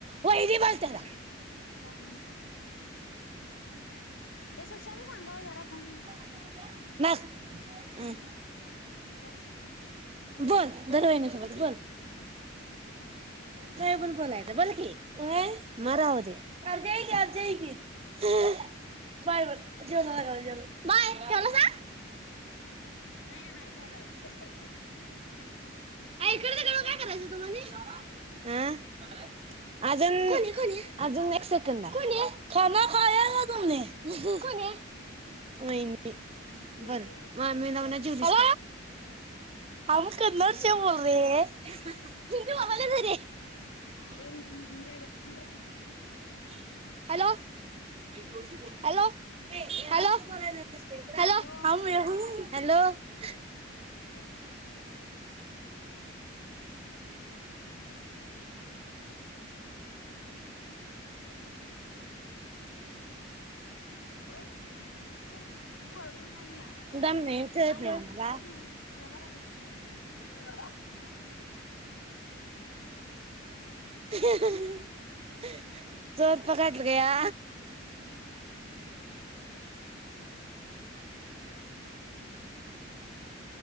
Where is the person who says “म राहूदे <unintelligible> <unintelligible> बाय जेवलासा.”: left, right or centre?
Right